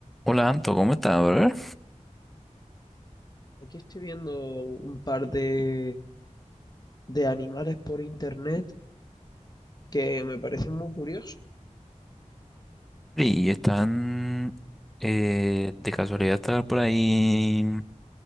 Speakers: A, in the centre; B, on the left.
A: Hola Anto, ¿cómo estás, brother.
B: Aquí estoy viendo un par de, de animales por internet que me parecen muy curiosos.
A: Y están eh, de casualidad estar por ahí,